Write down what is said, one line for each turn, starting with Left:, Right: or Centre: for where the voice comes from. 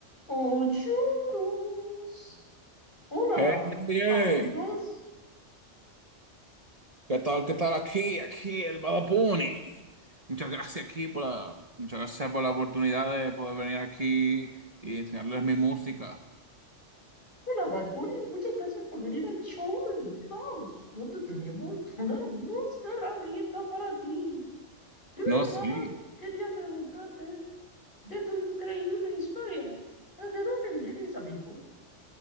Left: ¡Ochurus! Hola,
Right: Hey, D J,
Left: amigos.
Right: ¿qué tal? ¿Qué tal aquí? Aquí el Badapuni. Muchas gracias aquí por la, muchas gracias por la oportunidad de poder venir aquí y enseñarles mi música.
Left: Hola, Bad Bunny. Muchas gracias por venir al show de Mickey Mouse, donde tenemos una música herramienta para ti. Primero
Right: No,
Left: que
Right: sí.
Left: nada, quería preguntarte de tu increíble historia. ¿De dónde vienes, amigo?